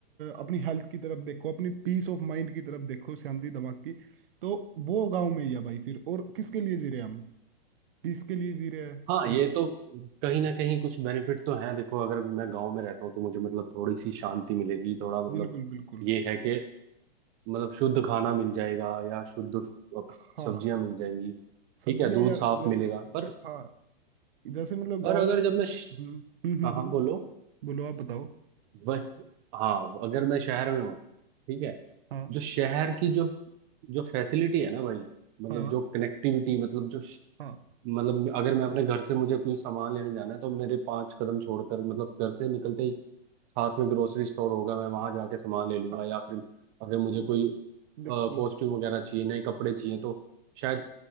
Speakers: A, on the right; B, on the right.
A: अपनी हेल्थ की तरफ देखो अपनी पीस ऑफ माइंड की तरफ देखो शांति दिमाग की तो वो गांव में ही है भाई फिर और किसके लिए जी रहे हैं हम पीस के लिए जी रहे हैं
B: हाँ ये तो कहीं ना कहीं कुछ बेनिफिट तो है देखो अगर मैं गांव में रहता हूँ तो मुझे मतलब थोड़ी सी शांति मिलेगी थोड़ा मतलब
A: बिल्कुल बिल्कुल
B: ये है कि मतलब शुद्ध खाना मिल जाएगा या शुद्ध
A: हाँ
B: सब्जियां मिल जाएंगी
A: सब्जियां
B: ठीक है दूध
A: यार
B: साफ
A: जैसे
B: मिलेगा पर
A: हाँ जैसे मतलब
B: पर
A: गाँव
B: अगर जब मैं श-
A: हम्म हम्म हम्म
B: हाँ
A: हम्म,
B: हाँ बोलो
A: बोलो आप बताओ
B: वह हाँ अगर मैं शहर में हूँ ठीक है
A: हाँ
B: जो शहर की जो जो फैसिलिटी है ना भाई मतलब
A: हाँ
B: जो कनेक्टिविटी मतलब जो श-
A: हाँ
B: मतलब अगर मैं अपने घर से मुझे कोई सामान लेने जाना है तो मेरे पांच कदम छोड़कर मतलब घर से निकलते ही साथ में ग्रोसरी स्टोर होगा मैं वहां जाके सामान ले लूंगा
A: हाँ
B: या फिर अगर मुझे कोई
A: देखो
B: कॉस्ट्यूम वगैरह चाहिए नए कपड़े चाहिए तो शायद